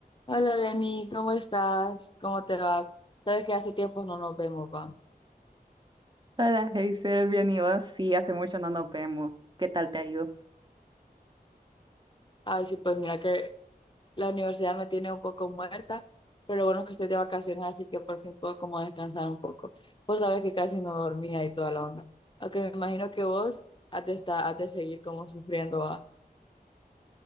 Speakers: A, on the left; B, on the right.
A: Hola Lenny, ¿cómo estás? ¿Cómo te va? Sabes que hace tiempo no nos vemos, va.
B: Hola, Heiser, bien y vos. Sí, hace mucho no nos vemos. ¿Qué tal te ha ido?
A: Ay, sí, pues mira que la universidad me tiene un poco muerta, pero lo bueno es que estoy de vacaciones, así que por fin puedo como descansar un poco. Vos sabes que casi no dormía y toda la onda. Aunque me imagino que vos has de, estar- has de seguir como sufriendo, va.